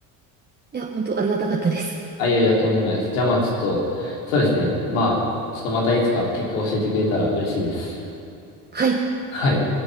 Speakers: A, on the right; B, on the left.
A: <laughs> いや、本当ありがたかったです。
B: あ、いやいや、とんでもないです。じゃあまあちょっと、そうですね。まあ、ちょっとまたいつか結果を教えてくれたら嬉しいです。
A: はい。
B: はい。